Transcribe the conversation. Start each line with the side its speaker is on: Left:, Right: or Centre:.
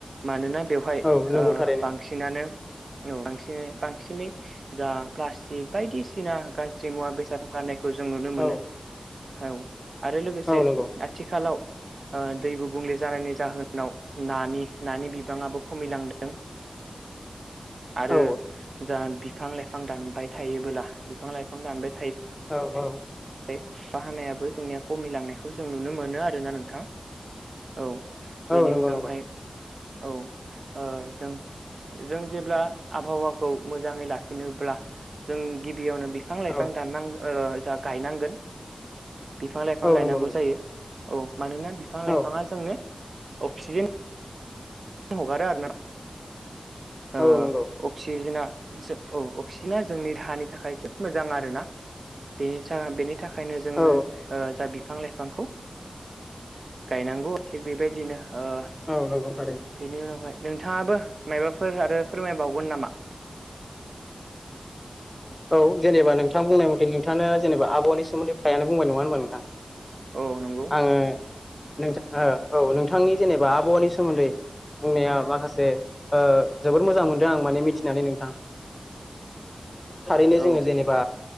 Right: मानोना बेवहाय
Left: औ नंगौ थारैनो
Right: बांसिनानो औ बासिनै बांसिनै जा प्लासटिक बायदिसिना गाज्रि मुवा बेसाद गारनाय खौ जों नुनो मोनो
Left: औ
Right: औ आरो लोगोसे
Left: औ नंगौ
Right: आथिखालाव दै गुबुंले जानायनि जाहोनाव नानि नानि बिबाङाबो खमिलांदों। आरो
Left: औ
Right: जा बिफां लाइफां दानबाय थायोबोला बिफां लाइफां दानबाय
Left: औ औ
Right: बाहानायाबो जोंनिया खमिलांनायखौ जों नुनो मोनो आरोना नोंथां औ।
Left: औ
Right: बेनि
Left: नंगौ
Right: उनावहाय
Left: नंगौ
Right: औ ओ जों जों जेब्ला आबहावाखौ मोजाङै लाखिनोब्ला जों गि बि बेयावनो बिफां लाइफां
Left: औ
Right: दाननांग जा गायनांगोन। बिफां लाइफां
Left: औ
Right: गायनांगौ
Left: नंगौ नंगौ
Right: जायो औ मानोना बिफां
Left: औ
Right: लाइफाङा जोंनो अक्सिजेन हगारो आरोना ओ
Left: औ नंगौ
Right: अक्सिजेना। जो औ अक्सिजेना जोंनि देहानि थाखाय जोब मोजां आरोना बेनि बेनि थाखायनो जोंनो
Left: औ
Right: जा बिफां लाइफां बिफांखौ गायनांगौ थिग बेबायदिनो ओ
Left: औ नंगौ थारैनो।
Right: बेनि उनावहाय नोंथाङाबो माबाफोर आरो फोरमायबावगोन नामा।
Left: औ जेनेबा नोंथां बुंनाय मथे नोंथां जेनेब आबावानि सोमोन्दै फ्रायानो बुंबाय नङा होमबा नोंथां।
Right: औ नंगौ
Left: आङो नोंथ औ नोंथांनि जेनेबा आबहावानि सोमोन्दै। बुंनाया माखासे जोोबोर मोजां मोनदों आं माने मिथिनानै नोंथां। बिदिनोजोङो
Right: औ
Left: जेनेबा